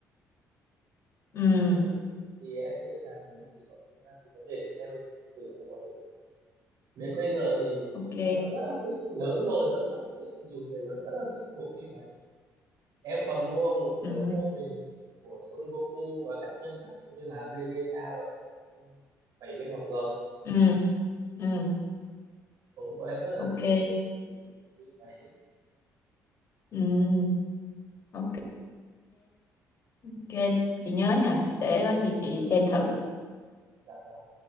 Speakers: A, on the left; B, on the right.
A: ừ
B: thì em thì em nghĩ là nếu chị có thời gian chị có thể xem thử bộ ấy đến bây giờ thì
A: ok
B: em vẫn rất là thích lớn rồi vẫn rất là thích nhiều người lớn rất là thích bộ phim ấy em còn mua một
A: ừ
B: đống mô hình của Son Goku và các nhân vật như là Vegeta ở trong phim Bảy viên ngọc rồng
A: ừ ừ
B: tốn của em rất là
A: ok
B: nhiều tiền để nhìn những phim ấy
A: ừ ok
B: Ồ,
A: ok chị nhớ nhờ để có gì chị xem thử
B: dạ vâng